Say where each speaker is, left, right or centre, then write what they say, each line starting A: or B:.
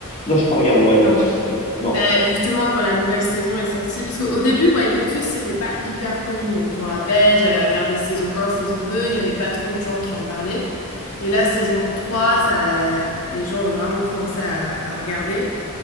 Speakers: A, on the left; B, on the left.
A: Non, j'ai pas regardé White
B: Non.
A: Lotus. je connais. Non,
B: Ben justement, quand la nouvelle saison est sortie, parce qu'au début, White Lotus, c'était pas hyper connu. Donc je m'en rappelle, j'avais regardé saison un saison deux il n'y avait pas trop de gens qui en parlaient. Et là, saison 3 ça, les gens ont vraiment commencé à, à regarder.